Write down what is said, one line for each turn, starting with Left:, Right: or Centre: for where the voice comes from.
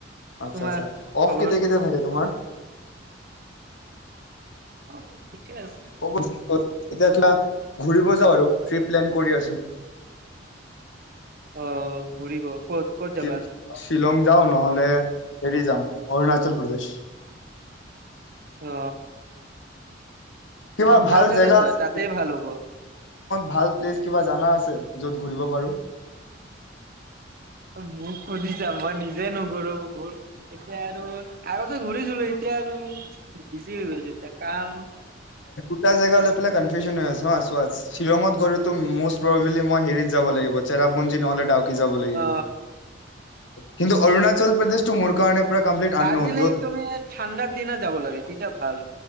Left: আচ্ছা
Right: তোমাৰ
Left: আচ্ছা, অফ
Right: খবৰ
Left: কেতিয়া কেতিয়া থাকে তোমাৰ।
Right: অ।
Left: <unintelligible>
Right: ঠিকে আছে
Left: এতিয়া কিবা, ঘূৰিব যাওঁ আৰু। ট্ৰিপ প্লেন কৰি আছো।
Right: অ ঘূৰিব ক'ত ক'ত যাবা
Left: শি, শ্বিলং যাও নহলে, হেৰি যাম। অৰুণাচল প্ৰদেশ।
Right: অ।
Left: কিবা
Right: অৰুণাচলে
Left: ভাল জেগা
Right: যোৱা
Left: আছে
Right: তাতেই ভাল হ'ব
Left: ভাল প্লেচ কিবা জানা আছে। য'ত ঘূৰিব পাৰোঁ।
Right: হ, মোক শুদিছা মই নিজে নুঘূৰো। ঘূ, এতিয়া আৰু, আৰু ততে ঘূৰিচিলো এতিয়া আৰু, বিজি হৈ গৈছে এতিয়া। কাম
Left: জ লৈনি হৈ আ শ্বিলঙত গো মব মই হেৰিত যাব লাগিব নহলে যাব লাগিব
Right: অ
Left: কিন্তু অৰুণাচল প্ৰদেশটো মোৰ কাৰণে পুৰা কমপ্লিট
Right: দাৰ্জিলিং
Left: আননউন য'ত
Right: তুমি ঠাণ্ডাৰ দিনত যাব লাগে তিয়া ভাল